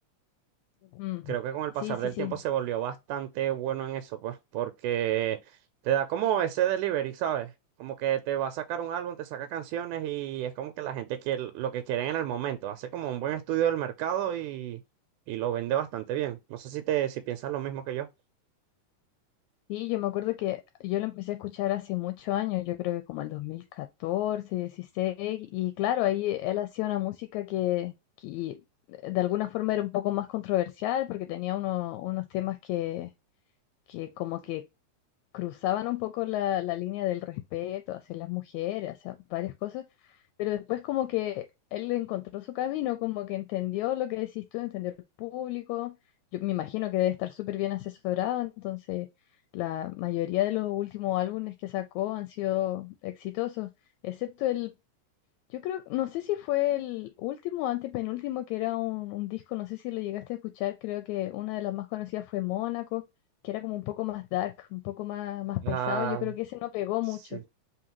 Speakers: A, on the left (about 80°); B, on the right (about 85°).
A: Mm,
B: Creo que con el pasar
A: Sí, sí,
B: del
A: sí.
B: tiempo se volvió bastante bueno en eso, pues, porque te da como ese delivery, ¿sabes? Como que te va a sacar un álbum, te saca canciones y es como que la gente quiere lo que quieren en el momento. Hace como un buen estudio del mercado y, y lo vende bastante bien. No sé si te, si piensas lo mismo que yo.
A: Sí, yo me acuerdo que yo lo empecé a escuchar hace muchos años, yo creo que como el 2014, 16 y claro, ahí él hacía una música que, que de alguna forma era un poco más controversial porque tenía uno- unos temas que, que como que cruzaban un poco la, la línea del respeto hacia las mujeres, hacia varias cosas, pero después como que él encontró su camino, como que entendió lo que decís tú, entendió el público, yo me imagino que debe estar súper bien asesorado, entonces la mayoría de los últimos álbumes que sacó han sido exitosos, excepto el yo creo, no sé si fue el último o antepenúltimo que era un, un disco, no sé si lo llegaste a escuchar, creo que una de las más conocidas fue Mónaco, que era como un poco más dark, un poco más, más pesado,
B: Ah,
A: yo creo que ese no pegó
B: sí.
A: mucho.